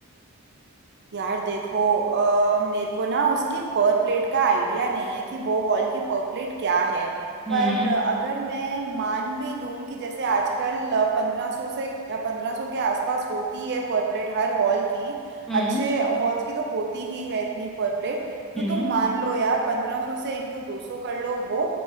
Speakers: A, on the right; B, in the centre.
A: यार देखो अ, मेरे को ना उसके पर प्लेट का आइडिया नहीं है कि वो हॉल की पर प्लेट क्या है
B: हम्म
A: पर अगर मैं मान भी लूं कि जैसे आजकल पंद्रह सौ से पंद्रह सौ के आसपास होती है पर प्लेट हर हॉल की
B: हम्म
A: अच्छे हॉल्स की तो होती ही है इतनी पर प्लेट तो
B: हम्म
A: तुम मान लो यार पंद्रह सौ से इंटू दो सौ कर लो वो